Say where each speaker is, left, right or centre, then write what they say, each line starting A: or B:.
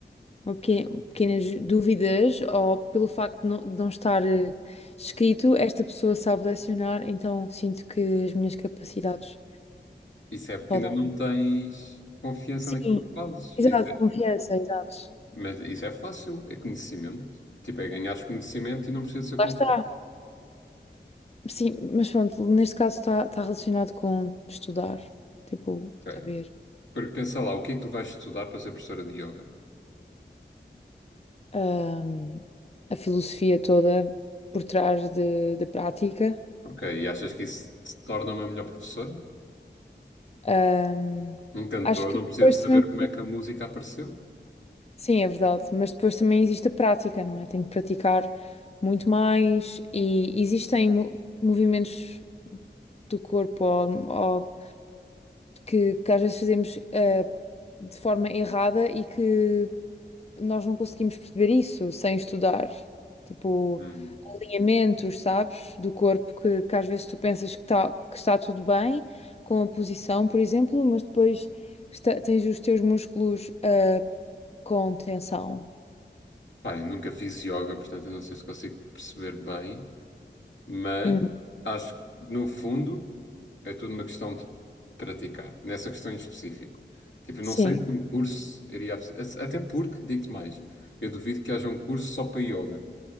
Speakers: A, on the left (about 35°); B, on the left (about 85°).
A: uma pequena, pequenas dúvidas ou pelo facto de não, de não estar eh, escrito, esta pessoa sabe lecionar, então sinto que as minhas capacidades
B: Isso é porque
A: podem.
B: ainda não tens confiança
A: Sim,
B: naquilo que fazes.
A: exato,
B: Isso é-
A: confiança, exato.
B: mas isso é fácil, é conhecimento. Tipo, é ganhares conhecimento e não precisa ser
A: Lá
B: concurso.
A: está. Sim, mas pronto, neste caso está está relacionado com estudar, tipo,
B: Ok.
A: saber
B: Porque pensa lá, o que é que tu vais estudar para ser professora de yoga?
A: ahm, a filosofia toda por trás de, da prática.
B: Ok, e achas que isso te torna uma melhor professora?
A: Ahm,
B: Um cantor
A: acho que
B: não
A: depois
B: precisa de saber
A: também.
B: como é que a música apareceu.
A: Sim, é verdade, mas depois também existe a prática, não é? Tenho que praticar muito mais e existem mo- movimentos do corpo ou- ou que, que às vezes fazemos ah, de forma errada e que nós não conseguimos perceber isso sem estudar. Tipo,
B: Hum.
A: alinhamentos, sabes, do corpo que, que às vezes tu pensas que, tá, que está tudo bem com a posição, por exemplo, mas depois está- tens os teus músculos ah, com tensão.
B: Pá, eu nunca fiz yoga, portanto eu não sei se consigo perceber bem. Mas
A: Hum,
B: acho que, no fundo, é tudo uma questão de praticar, nessa questão em específico. Tipo, não
A: sim.
B: sei que um curso iria. oferecer- Até porque, digo-te mais, eu duvido que haja um curso só para yoga.